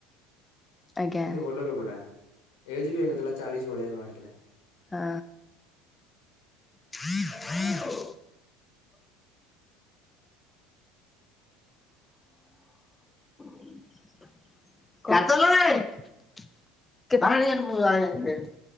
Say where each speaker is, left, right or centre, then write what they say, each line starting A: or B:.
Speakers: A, on the left (about 15°); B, on the left (about 80°).
A: ଆଜ୍ଞା
B: ପୁଣି ଭଲ ଲୋକଟା ଏଜ ବି ହେଇନଥିଲା ଚାଳିଶ ଭଳିଆ ଜମା ହେଇଥିଲା।
A: ଅ ହଁ <inaudible> <inaudible> <unintelligible>